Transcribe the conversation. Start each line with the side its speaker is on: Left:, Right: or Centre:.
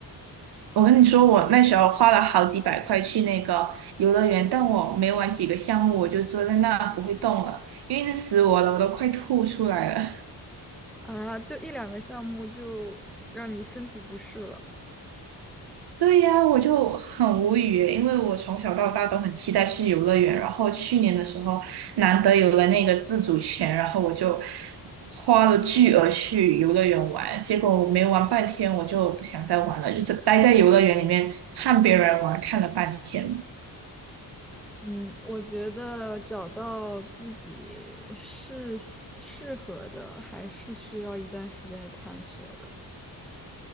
Right: 我跟你说，我那时候花了好几百块去那个游乐园，但我没玩几个项目，我就坐在那不会动了，因为一直死我了，我都快吐出来了。
Centre: 啊，就一两个项目就让你身体不适了。
Right: <laughs> 对呀，我就很无语耶因为我从小到大都很期待去游乐园，然后去年的时候难得有了那个自主权，然后我就花了巨额去游乐园玩，结果我没玩半天，我就不想再玩了，就只待在游乐园里面看别人玩，看了半天。
Centre: 嗯，我觉得找到自己是适适合的，还是需要一段时间的探索的。